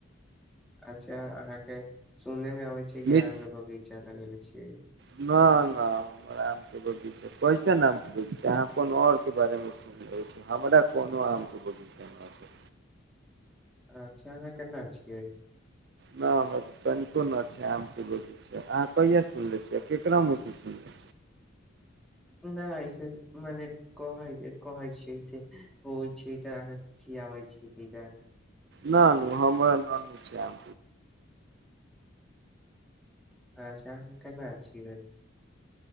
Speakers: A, in the centre; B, on the right.
A: अच्छा। छा अहाँ के सुने मे आबे छै कि
B: मीठ
A: आम के बगीचा लगले जी।
B: न नहि हमरा आम के बगीचा कैसन आम के बगीचा अहाँ कोनो आर के बारेमे सुन ले छी हमरा कोनो आम के बगीचा न छै
A: अच्छा अहाँ केना छियै।
B: न हमरा तऽ तनिको न के बज छ अहाँ कहिआ सुनले छियै केकरा म सुनले
A: नहि ऐसे मने कह कहै छियै से होइ छै तऽ अहाँके खियाबै छी टीका
B: न नू हमरा न न। शाम।
A: अच्छा अहाँ केना छियै